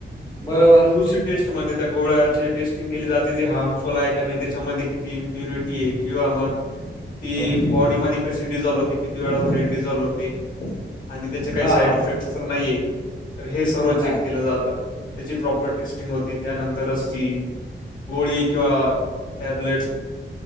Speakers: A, on the left (about 20°); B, on the left (about 45°).
A: बरोबर
B: त्या क्यू सी टेस्टमध्ये त्या गोळ्याची टेस्टिंग केली जाते ती हार्मफुल आहे का नाही, त्याच्यामध्ये किती इम्प्युरिटी आहे किंवा मग ती
A: ओके
B: बॉडी मध्ये कशी डिझॉल्व होते, किती वेळासाठी डिझॉल्व होते आणि त्याचे काही
A: हां
B: साईड
A: हां
B: इफेक्ट तर नाहीये, तर हे सर्व
A: नाही
B: चेक केलं जातं. त्याची प्रॉपर टेस्टिंग होती त्यानंतरच ती गोळी किंवा टॅब्लेट्स